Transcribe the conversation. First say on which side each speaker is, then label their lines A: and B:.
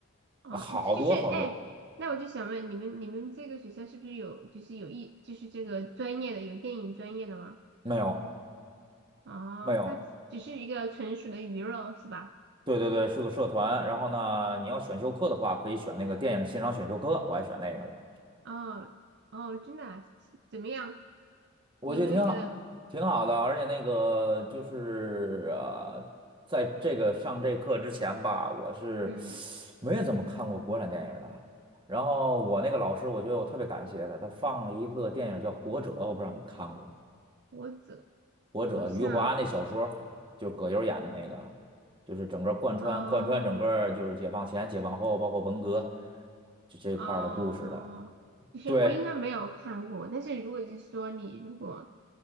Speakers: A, on the right (about 55°); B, on the right (about 25°).
A: 哦，
B: 好多好多，
A: 就是哎，那我就想问你们，你们这个学校是不是有就是有一就是这个专业的有电影专业的吗？
B: 没有
A: 哦，
B: 没有，
A: 它只只是一个纯属的鱼肉是吧？
B: 对对对，是个社团，然后呢你要选修课的话可以选那个电影欣赏选修课，我还选那个了。
A: 哦哦，真的啊怎么样？
B: 我觉得挺好，
A: 你有没有觉得
B: 挺好的，而且那个就是呃，在这个上这课之前吧，我是
A: 嗯，
B: 没有怎么看过国产电影的。然后我那个老师，我觉得我特别感谢他，他放了一个电影叫《活着》，我不知道你看过吗？
A: 我怎好像
B: 《活着》，余华那小说，就是葛优演的那个，就是整个贯穿贯穿整个就是解放前、
A: 啊？哦
B: 解放后，包括文革就这一块儿的故事的。
A: 啊，就是我应该没有看过，
B: 对
A: 但是如果就是说你如果